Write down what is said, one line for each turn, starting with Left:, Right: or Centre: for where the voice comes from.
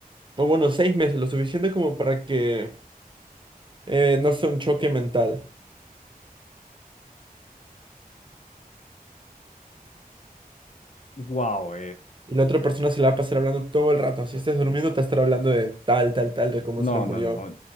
Right: o bueno, seis meses, lo suficiente como para que eh, no sea un choque mental.
Left: wow,
Right: Y la otra persona se la va a pasar hablando todo el rato. Si estás durmiendo, te va a estar hablando de tal, tal, tal, de cómo
Left: No,
Right: se le murió.
Left: no, no.